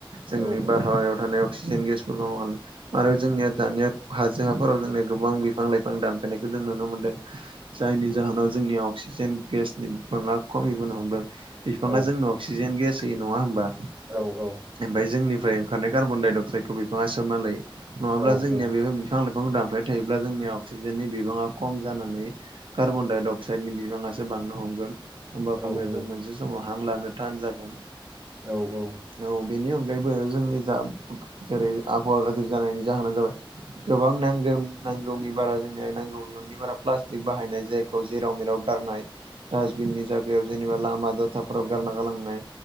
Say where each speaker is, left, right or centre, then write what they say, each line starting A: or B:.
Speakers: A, on the right (about 70°); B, on the right (about 30°).
A: जोंनि
B: औ औ
A: बारहावायाव थानायाव अक्सिजेन गेस आरो जोंनिया दानिया हाजो हाफोराव जोंनिया गोबां बिफां लाइफां दानफायनायखौ जों नुनो मोनदों। जायनि जाहोनाव जोंनि अक्सिजेन गेसनि बिबाङा खमिबोनो हमदों बिफाङा
B: औ
A: जोंनो अक्सि जेन गेस होयो नङा होमबा।
B: औ औ
A: ओमफ्राय जोंनिफ्राय ओंखारनाय कार्बन डाइ अक्साइदखौ बिफाङा सोबना लायो नङाब्ला
B: औ
A: जोंनिया बेफोर बिफां लाइफांखौ दानफायबाय थायोब्ला जोंनि अक्सिजेननि बिबाङा खम जानानै कार्बन डाइ अक्साइडनि बिबाङासो बांनो हमगोन। होमब्ला एखमबाया
B: औ
A: जों मोनसे समाव हां लानो थान जागोन।
B: औ औ
A: औ बेनि अनगायैबो जोंनि जा जेरै आबहावा गाज्रि जानायनि जाहोना जाबाय गोबां नांगौ नांगौनि बारा जोंनो नांगौनि नांगौनि बारा प्लास्टिक बाहायनाय जायखौ जेराव मेराव गारनाय दासबिननि जायगायाव जेनेबा लामा दथाफोराव गारना गालांनाय